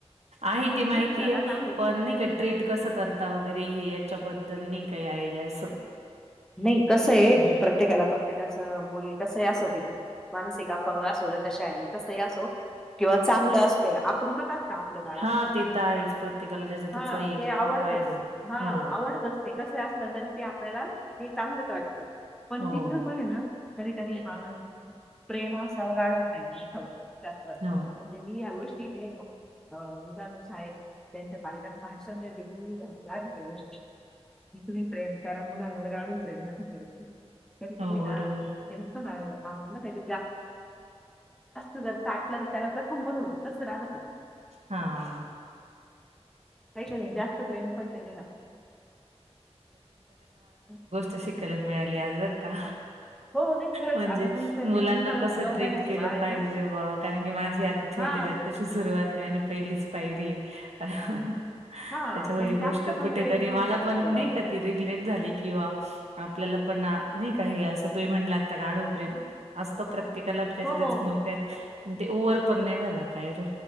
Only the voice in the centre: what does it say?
नाही जगात
आहेत
नाही कस आहे
प्रत्येकाला प्रत्येकाचं मुल कसं आहे असंते मनसिका अपंग असो नाहीतर शायरी कसा ही असो किंवा चांगलं असते आपरुपत असत आपलं बाळा,
हा
ते आवडतच
हा
आवडतच ते ते कसं ही असलं तरी ते आपल्याला हे चांगलंच वाटत पण
तिथ पण आहे ना कधी कधी <unintelligible> प्रेम असावं गाढव नसावं
<unintelligible> मी <unintelligible> अ उदाहरणात शाळेत त्यांच्या पालकांना <unintelligible> त्या गोष्टी की तुम्ही प्रेम करा मुलांवर गाढव प्रेम नका करू, कधी का
होई
ना <unintelligible> जास्त जर <unintelligible> त्याला तर कंपन होती तस रागते
आहे का नाही जास्त प्रेम पण ते <unintelligible>
हो नाही खरंच
आता तुमचं
ते म्हणून नऊ
नऊ
महिन्याचं
बाळ आहे
ना
हा
हा
ते
जास्त पण
प्रेम नाही
काही उपयोगाचं
हो